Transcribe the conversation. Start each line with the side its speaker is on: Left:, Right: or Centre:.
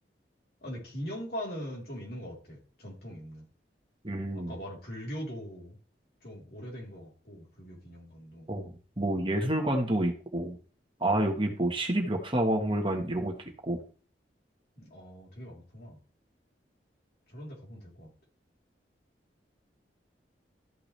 Left: 아, 근데 기념관은 좀 있는 것 같아. 전통 있는.
Right: 음,
Left: 아까 말한 불교도 좀 오래된 것 같고 불교 기념관도.
Right: 어, 뭐 예술관도 있고, 아, 여기
Left: 음.
Right: 뭐 시립 역사 박물관 이런 것도 있고.
Left: 음, 아, 되게 많구나. 저런 데 가보면 될 것 같아.